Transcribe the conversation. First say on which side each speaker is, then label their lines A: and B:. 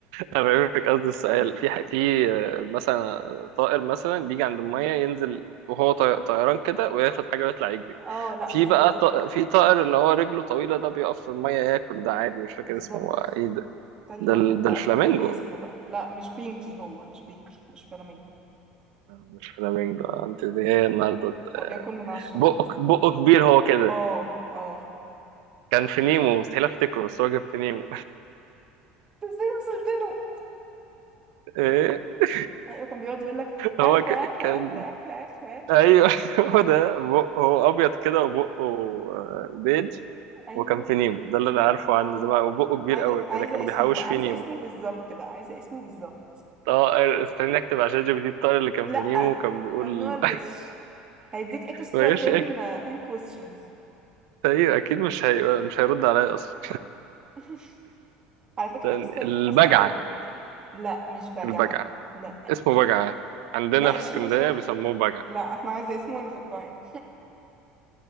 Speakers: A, on the right (about 80°); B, on the right (about 25°).
A: هفهمك قصد السؤال في ح- في آه، مثلا طائر مثلا بيجي عند المية ينزل وهو طي- طيران كده وياخد حاجة ويطلع يجري
B: اه لا
A: في
B: مش
A: بقى
B: دول
A: طائر في طائر اللي هو رجله طويلة ده بيقف في المية ياكل ده عادي مش فاكر
B: بالظبط
A: اسمه ايه ده
B: تاني
A: ده,
B: واحد
A: ال... ده
B: بقى
A: الفلامينجو
B: افتكر لي اسمه بقى لا مش بينكي هو مش بينكي مش فلامينكو
A: مش فلامينجو انت دي ايه النهارده
B: هو بياكل من على الشط
A: بقك بقه كبير هو كده
B: اه اه
A: كان في نيمو مستحيل افتكره بس هو كان في نيمو
B: بس ازاي وصلت له
A: <laughs> ايه
B: ايوه كان بيقعد يقول لك اكله
A: هو ك...
B: اكله
A: كان
B: اكله اكله اكله اكله
A: ايوه
B: اكل
A: <laughs> هو ده بقه هو ابيض كده وبقه آه، بيج
B: ايوه
A: وكان في نيمو ده اللي انا عارفه عنه
B: اه
A: زمان وبقه كبير
B: عايزه
A: قوي
B: عايزه
A: كده كانوا
B: اسمه
A: بيحوش
B: بقى
A: فيه
B: عايزه
A: نيمو
B: اسمه بالظبط بقى عايزه اسمه بالظبط
A: الطائر استنى اكتب عشان جي بي دي الطائر اللي كان
B: لا
A: في نيمو كان بيقول
B: ممنوع الغش هيديك
A: <laughs>
B: اكسترا
A: ما
B: 10
A: جاش أك-
B: 10 questions
A: ايوه اكيد مش هي... مش هيرد عليا اصلا
B: <laughs> على فكره
A: <laughs>
B: حاسه حاسه هيرد
A: البجعه
B: لا مش بجعه
A: البجعه
B: لا
A: اسمه
B: مش بجعه
A: بجعة عندنا
B: ماشي
A: في اسكندرية
B: بس هو
A: بيسموه بجعة
B: لا احنا عايزه اسمه اللي في القاهره